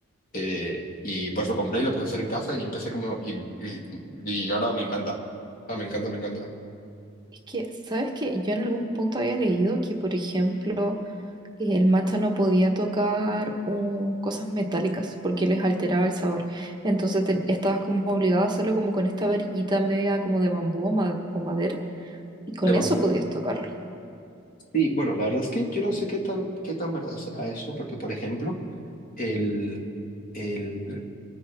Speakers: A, on the left; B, on the right.
A: Eh, y pues lo compré y lo empecé a hacer en casa y empecé como... Y, y, y ahora me encanta. Ah, me encanta, me encanta.
B: Es que, ¿sabes qué? Yo en algún punto había leído que, por ejemplo, el matcha no podía tocar un- cosas metálicas porque les alteraba el sabor. Entonces te- estabas como obligado a hacerlo como con esta varillita media como de bambú o ma- o madera Y con
A: De bambú.
B: eso podías tocarlo.
A: Sí, bueno, la verdad es que yo no sé qué tan, qué tan verdad sea eso, porque por ejemplo, el, el,